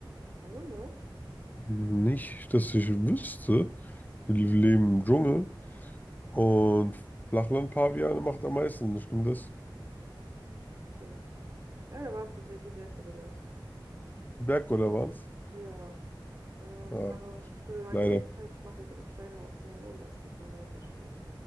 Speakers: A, on the right; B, on the left.
A: I don't know.
B: Nicht, dass ich wüsste. Die leben im Dschungel. Und Flachland-Paviane macht am meisten, stimmt das?
A: Okay. Leider waren es tatsächlich die Berggorillas.
B: Die Berggorilla waren's?
A: Ja. Ähm,
B: Ah,
A: aber ich will mal
B: leider.
A: gnädig sein. Ich mache heute eine kleine Ausnahme und lass dich mal weiterspielen.